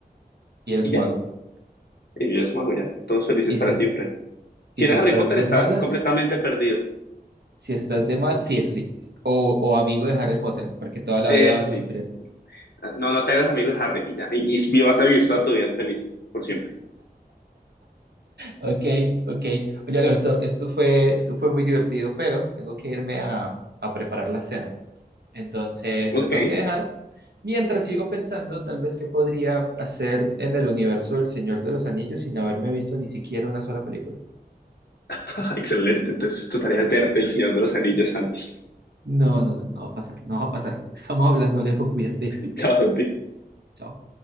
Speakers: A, on the right (about 85°); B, on the left (about 80°).
A: y eres
B: y
A: un
B: ya,
A: mago.
B: y vives mago ya, todos felices
A: ¿Y
B: para
A: si,
B: siempre. Si
A: y si
B: eres
A: estás
B: Harry Potter,
A: de
B: estás
A: malas?
B: completamente perdido.
A: Si estás de mal, sí, eso sí, sí. O, o amigo de Harry Potter, porque toda la
B: Eso
A: vida vas
B: sí,
A: a sufrir.
B: Ah, no, no te hagas amigo de Harry y ya, y, y vivas a vivir toda tu vida feliz, por siempre.
A: Ok, ok. Oye, Alejo, esto, esto fue, esto fue muy divertido, pero tengo que irme a, a preparar la cena. Entonces,
B: Ok,
A: te tengo que dejar. Mientras sigo pensando, tal vez qué podría hacer en el universo del Señor de los Anillos sin haberme visto ni siquiera una sola película.
B: <laughs> excelente, entonces tu tarea es verte el Señor de los Anillos, Santi.
A: No, no, no, no va a pasar, no va a pasar. Estamos hablando, Alejo, cuídate.
B: <laughs> Chao,
A: <laughs>
B: Santi.
A: Chao.